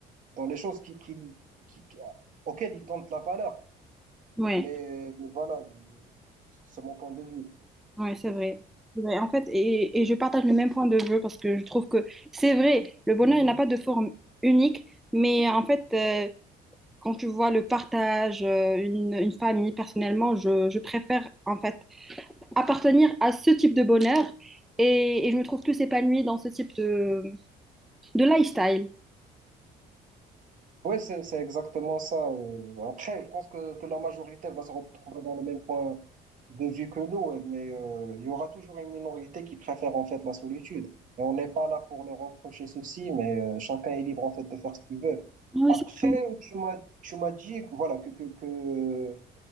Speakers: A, on the right; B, in the centre.
A: dans les choses qui, qui, qui- qui- auxquelles il donne de la valeur.
B: Ouais.
A: Mais, mais voilà, c'est mon point de vue.
B: Ouais, c'est vrai. C'est vrai. En fait, et, et je partage le même point de vue parce que je trouve que c'est vrai, le bonheur, il n'a pas de forme unique, mais en fait, euh, quand tu vois le partage, euh, une, une famille, personnellement, je, je préfère en fait appartenir à ce type de bonheur et, et je me trouve plus épanouie dans ce type de, de lifestyle.
A: Ouais, c'est, c'est exactement ça. euh. Après, je pense que, que la majorité va se retrouver dans le même point de vue que nous, ouais, mais euh, il y aura toujours une minorité qui préfère en fait la solitude. Et on n'est pas là pour leur reprocher ceci, mais euh, chacun est libre en fait de faire ce qu'il veut.
B: Oui,
A: Après,
B: c'est vrai.
A: tu m'as, tu m'as dit voilà, que, que, que